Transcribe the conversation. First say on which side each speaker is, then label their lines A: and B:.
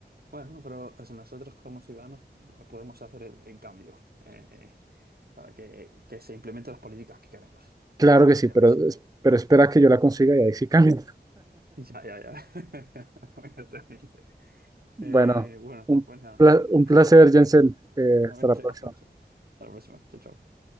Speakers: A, on the right; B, on the right.
A: Bueno, pero o sea, nosotros como ciudadanos podemos hacer el, el cambio eh, eh, para que, que se implementen las políticas que queremos.
B: Claro
A: Así
B: que sí,
A: que,
B: pero,
A: a ver si-
B: pero espera que yo la consiga y ahí sí cambia.
A: Ya, ya, ya. <laughs> Bueno, terrible.
B: Bueno,
A: Eh, bueno,
B: un,
A: pues nada,
B: pla-
A: ya está.
B: un placer, Jensen. Eh,
A: Seguramente,
B: hasta la próxima.
A: Alfonso. Hasta <laughs> la próxima. Chao, chao.